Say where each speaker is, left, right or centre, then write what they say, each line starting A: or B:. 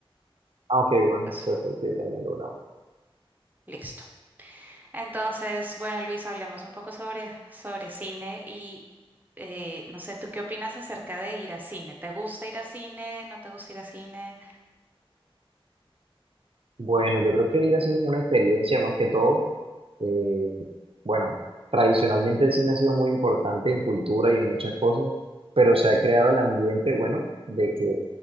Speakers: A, on the right; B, on the right.
A: Ah, ok, bueno,
B: Eso,
A: perfecto, yo también lo grabo.
B: listo. Entonces, bueno, Luis, hablemos un poco sobre, sobre cine y eh, no sé, ¿tú qué opinas acerca de ir a cine? ¿Te gusta ir a cine? ¿No te gusta ir a cine?
A: Bueno, yo creo que ir haciendo es una experiencia más que todo. eh, bueno, tradicionalmente el cine ha sido muy importante en cultura y en muchas cosas, pero se ha creado el ambiente, bueno, de que